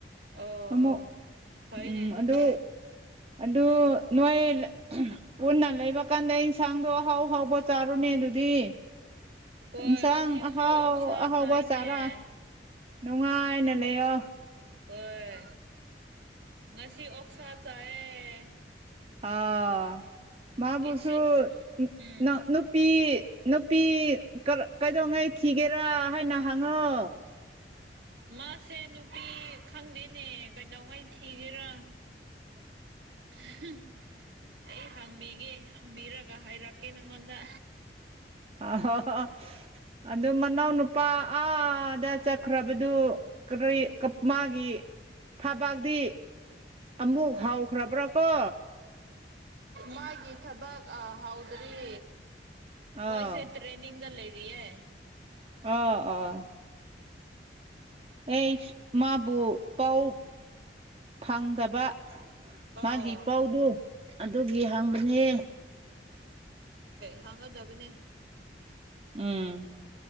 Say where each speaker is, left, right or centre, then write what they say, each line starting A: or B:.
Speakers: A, on the right (about 75°); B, on the right (about 35°).
A: ꯑꯣ
B: ꯑꯃꯨꯛ
A: ꯑꯣ ꯐꯩꯅꯦ
B: ꯎꯝ
A: ꯑꯗꯨꯗꯤ
B: ꯑꯗꯨ ꯑꯗꯨ ꯅꯣꯏ ꯄꯨꯟꯅ ꯂꯩꯕ ꯀꯥꯟꯗ ꯏꯟꯁꯥꯡꯗꯣ ꯑꯍꯥꯎ ꯑꯍꯥꯎꯕ ꯆꯥꯔꯣꯅꯦ ꯑꯗꯨꯗꯤ
A: ꯍꯣꯏ
B: ꯏꯟꯁꯥꯡ
A: ꯉꯁꯤꯁꯨ
B: ꯑꯍꯥꯎ
A: ꯑꯣꯛꯁꯥ
B: ꯑꯍꯥꯎꯕ
A: ꯆꯥꯏꯅꯦ
B: ꯆꯥꯔ ꯅꯨꯡꯉꯥꯏꯅ ꯂꯩꯌꯣ
A: ꯍꯣꯏ ꯉꯁꯤ ꯑꯣꯛꯁꯥ ꯆꯥꯏꯌꯦ
B: ꯑ ꯃꯥꯕꯨꯁꯨ
A: ꯏꯆꯦ ꯎꯝ
B: ꯅ ꯅꯨꯄꯤ ꯅꯨꯄꯤ ꯀꯩꯗꯧꯉꯩ ꯊꯤꯒꯦꯔ ꯍꯥꯏꯅ ꯍꯪꯉꯣ
A: ꯃꯥꯁꯦ ꯅꯨꯄꯤ ꯈꯪꯗꯦꯅꯦ ꯀꯩꯗꯧꯉꯩ ꯊꯤꯒꯦꯔꯥ <inaudible> ꯑꯩ ꯍꯪꯕꯤꯒꯦ ꯍꯪꯕꯤꯔꯒ ꯍꯥꯏꯔꯛꯀꯦ ꯅꯪꯉꯣꯟꯗ
B: <unintelligible> ꯑꯗꯨ ꯃꯅꯥꯎ ꯅꯨꯄꯥ ꯑꯥꯗ ꯆꯠꯈ꯭ꯔꯕꯗꯨ ꯀꯔꯤ ꯃꯥꯒꯤ ꯊꯕꯥꯛꯗꯤ ꯑꯃꯨꯛ ꯍꯥꯎꯈ꯭ꯔꯕ꯭ꯔꯥ ꯀꯣ
A: ꯃꯥꯒꯤ ꯊꯕꯛ ꯍꯥꯎꯗ꯭ꯔꯤ
B: ꯑꯥ
A: ꯃꯣꯏꯁꯦ ꯇ꯭ꯔꯦꯟꯅꯤꯡꯗ ꯂꯩ ꯌꯦ
B: ꯑꯥ ꯑꯥ ꯑꯩꯆ ꯃꯥꯕꯨ ꯄꯥꯎ ꯐꯪꯗꯕ
A: ꯑꯥ
B: ꯃꯥꯒꯤ ꯄꯥꯎꯗꯨ ꯑꯗꯨꯒꯤ ꯍꯪꯕꯅꯦ
A: ꯐꯪꯒꯗꯕꯅꯦ
B: ꯎꯝ